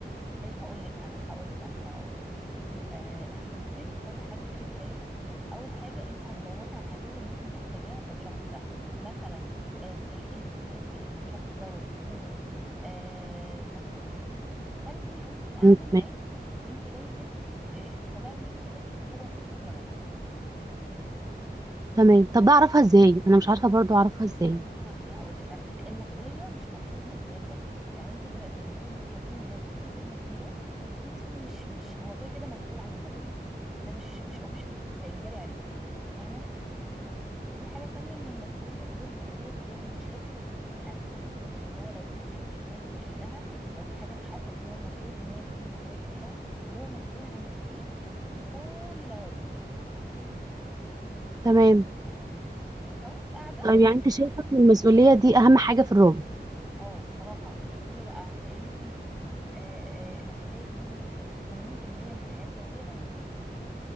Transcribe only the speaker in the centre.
طيب هقول لك انا هقول لك انا هقول لك بصي آه عشان تيجي تختاري حد شريك حياتك اول حاجه انت هتدوري على الحاجات اللي انت محتاجاها في الشخص ده مثلا آه سي انت بتحبي ان الشخص دوت يكون آه مسؤول فانت وانت قاعده
معاه انت لازم آه، تطلعي منه حته هو مسؤول ولا لا
بصي هقول لك انا المسؤوليه مش مسؤوليه ماديات بس يعني انت دلوقتي لما تيجي تتكلمي معايا في حته الماديات انت مش مش هو كده كده مسؤول عن الماديات ده مش مش اوبشن ده اجباري عليه فاهمه في في حاجه تانية من المسؤوليه اللي هي مسؤوليه تجاه المشاكل واتجاهي انا اللي هو لو في مشاكل هو اللي بيحلها لو في حاجات حصلت هو المفروض ان هو الكين ان هو يحلها وهو مسؤول عن البيت بكل لوازمه
ف- فوانت قاعده
اه صراحة ليه بقى؟ لأنك انتي آه، آه، المسؤولية دي يعني 80% من الحياة الزوجية هي مسؤولية